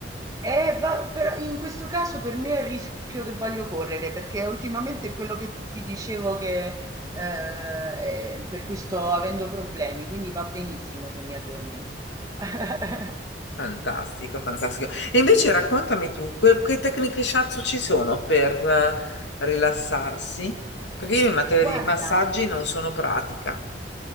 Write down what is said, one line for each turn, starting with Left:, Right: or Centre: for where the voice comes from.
Right: Eh, va- però in questo caso per me è il rischio che voglio correre, perché ultimamente è quello che ti dicevo che eh, eh, per cui sto avendo problemi, quindi va benissimo se mi addormento. <laughs>
Left: Fantastico, fantastico. E invece raccontami tu, que- che tecniche shiatsu ci sono per eh, rilassarsi? Perché io in materia
Right: Guarda.
Left: di massaggi non sono pratica.